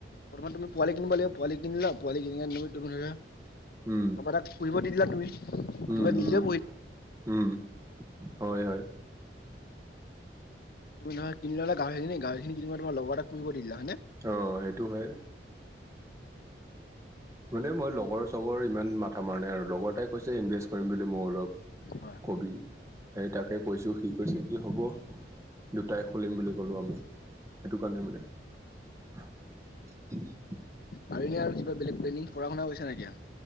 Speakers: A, on the left; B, on the right.
A: প্ৰথমত তুমি পোৱালি কিনিব লাগিব পুৱালি কিনি লা প
B: উম
A: <unintelligible> কাবা তাত পুহিব দি দিলা তুমি কিবা
B: উম
A: নিজেও
B: উম উম হয় হয়
A: তুমি নহয় কিনি ললা গাহৰিখিনি গাহৰিখিনি কিনি তুমি লগৰ এটাক পৃথিবলৈ দি দিলা হয়নে
B: অ সেইটো হয় মানে মই লগ। লগৰ চগৰ ইমান মাথা মৰা নাই আৰু লগৰ এটাই কৈছে ইনভেষ্ট কৰিম বুলি মই অলপ
A: হয়
B: কবি। সেই তাকে কৈছো সি কৈছে কি হব দুটাই খুলিম বুলি কলো আমি সেইটো কাৰণে মানে।
A: পাৰিল আৰু কিবা বেলেগ্ প্লেনিং পঢ়া শুনা কৰিছা নাই এতিয়া?